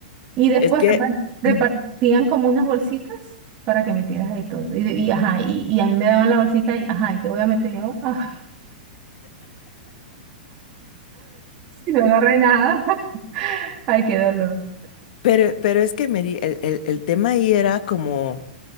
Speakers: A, on the right; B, on the left.
A: Y después
B: Es que,
A: repar- repartían
B: <clears throat>
A: como unas bolsitas para que metieras ahí todo. Y, de- y, ajá, y, y a mí me daban la bolsita y, ajá, ¿y qué voy a meter yo? <laughs> si no agarré nada. Ay, qué dolor.
B: pero, pero es que Mary, el, el, el tema ahí era como,